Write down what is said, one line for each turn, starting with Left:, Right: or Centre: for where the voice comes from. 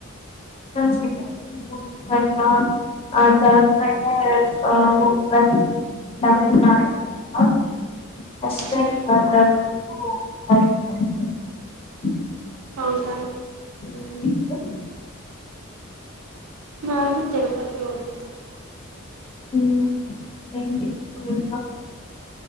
Left: ಸೆಕೆಂಡ್ ಪಿ ಯು ಮುಗಿತಲ್ವಾ ಅದಾದ್ಮೇಲೆ ಸ್ವಲ್ಪ ಹೋಗ್ಬಂದೆ ತಮಿಳ್ನಡೆಲ್ಲಾ ಅಷ್ಟೆ.
Right: ಹ್ಞೂ
Left: <unintelligible>
Right: ಹೌದಾ
Left: ಹ್ಮ ನೀವು.
Right: ನಾನು ತಿರುಪತಿ ಹೋಗಿದ್ದೆ.
Left: ಹ್ಮ್ ಹೆಂಗಿತ್ ಹ್ಮ್ ಇಲ್ವಾ.